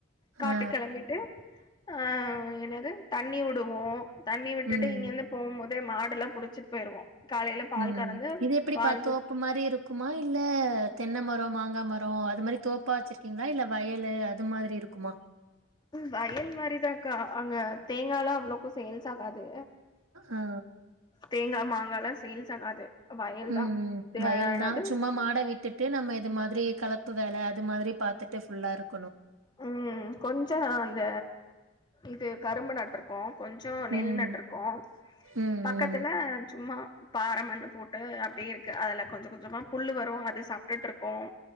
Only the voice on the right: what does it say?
ஆ
ம்
ம்
இது எப்படி
பாத்து தோப்பு மாரி இருக்குமா இல்ல தென்னை மரம் மாங்காய் மரம் அது மாரி தோப்பா வச்சிருக்கீங்களா இல்ல வயலு அது மாரி இருக்குமா
ஆ
ம்
ம் வயல்
தான் சும்மா மாடை விட்டுட்டு நம்ம இது மாரி ஒரே கலப்பு வேலை அது மாதிரி பார்த்தட்டு ஃபுல்லா இருக்
ம்,
ம்,
ம்.